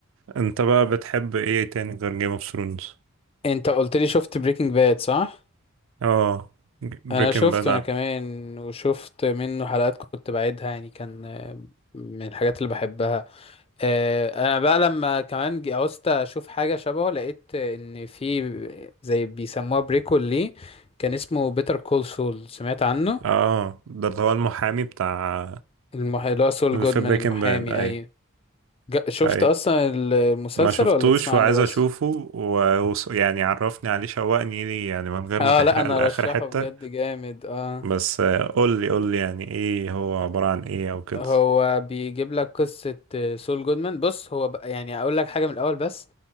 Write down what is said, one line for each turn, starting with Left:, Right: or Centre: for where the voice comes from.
Right: انت بقى بتحب ايه تاني غير جيم اوف ثرونز
Left: انت قلت لي شفت بريكنج باد صح
Right: اه بريكنج
Left: انا شفته
Right: باد
Left: انا كمان وشفت منه حلقات كنت بعيدها يعني كان آه، من الحاجات اللي بحبها آه، انا بقى لما كمان جي- عوزت اشوف حاجه شبهه لقيت آه، ان في زي بيسموها بريكول ليه كان اسمه بيتر كول سول سمعت عنه
Right: اه ده اللي هو المحامي بتاع
Left: المح... اللي هو سول
Right: اللي
Left: جودمان
Right: في بريكنج
Left: المحامي
Right: باد اي
Left: اي شفت
Right: اي
Left: اصلا المسلسل
Right: ما شفتوش
Left: ولا تسمع
Right: وعايز
Left: عنه بس
Right: اشوفه ويعني عرفني عليه شوقني ليه يعني من غير
Left: اه
Right: ما تحرق
Left: لا انا
Right: لآخر
Left: رشحه
Right: حتة
Left: بجد جامد اه
Right: بس آه، قول لي قول لي يعني ايه هو عبارة عن ايه او كده
Left: هو بيجيب لك قصة سول جودمان بص هو بقى يعني اقول لك حاجة من الاول بس